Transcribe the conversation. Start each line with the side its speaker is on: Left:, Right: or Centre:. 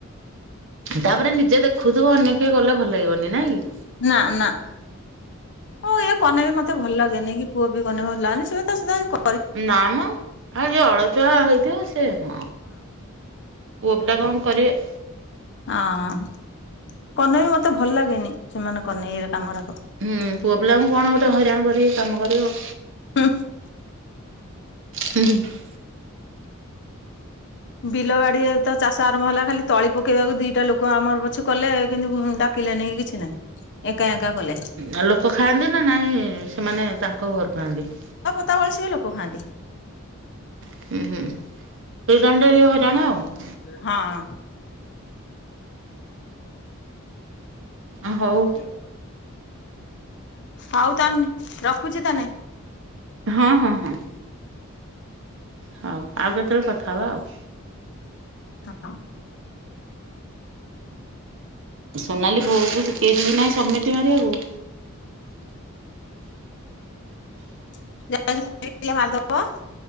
Right: ତାପରେ ନିଜେ ଦେଖୁଥିବ ଅନ୍ୟ କିଏ କଲେ ଭଲ ଲାଗିବନି ନାଇଁକି।
Left: ନା ନା ହଉ ଇଏ କନେ ବି ମତେ ଭଲ ଲାଗେନି କି ପୁଅ ବି କନେ ଭଲ ଲାଗେନି ସେତ <unintelligible>
Right: ନାମ ଆଉ ଯିଏ ଅଳସୂଆ ହେଇଥିବ ସେ ହଁ। ପୁଅ ପିଲା କଣ କରିବେ।
Left: ଅଁ କନେ ବି ମତେ ଭଲ ଲାଗେନି ସେମାନେ କନେ ଇରେ କାମ ଗରାକ।
Right: ହୁଁ ପୁଅ ପିଲାଙ୍କୁ କଣ ଗୋଟେ ହଇରାଣ କରିକି କାମ କରିବ।
Left: <inaudible>
Right: ହୁଁ ହୁଁ।
Left: ବିଲ ବାଡି ତ ଚାଷ ଆରମ୍ଭ ହେଲା ଖାଲି ତଳି ପକେଇବାକୁ ଦିଟା ଲୋକ ଆମର ପଛେ କଲେ କିନ୍ତୁ ଭୁ ଉଣ୍ଡା କିଲେ ନେଇକି କିଛି ନାହିଁ ଏକା ଏକା କଲେ।
Right: ଆ ଲୋକ ଖାଆନ୍ତି ନା ନାହିଁ ସେମାନେ ତାଙ୍କ ଘରୁ ଖାଆନ୍ତି।
Left: ସେତେବେଳେ ସେ ଲୋକ ଖାଆନ୍ତି।
Right: <unintelligible>
Left: ହଁ।
Right: ଅ ହୋଉ।
Left: <inaudible> ହଉ ତାନେ ରଖୁଚି ତାନେ।
Right: ହଁ ହଁ ହଁ। ହଉ ଆଉ କେତେବେଳେ କଥା ହବା ଆଉ।
Left: ହଁ।
Right: ସୋନାଲି ବୋହୁଙ୍କୁ ସିକେଇଚି କି ନାହିଁ ସମିଟି ମାରିବାକୁ।
Left: <unintelligible>